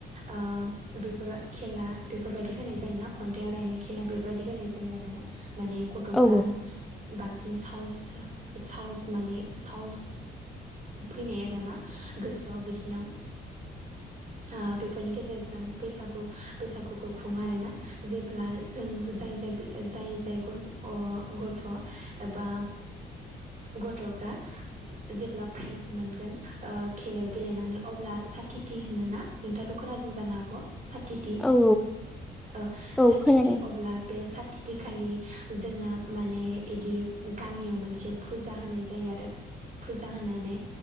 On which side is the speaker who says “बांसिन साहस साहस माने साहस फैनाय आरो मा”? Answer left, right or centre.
Right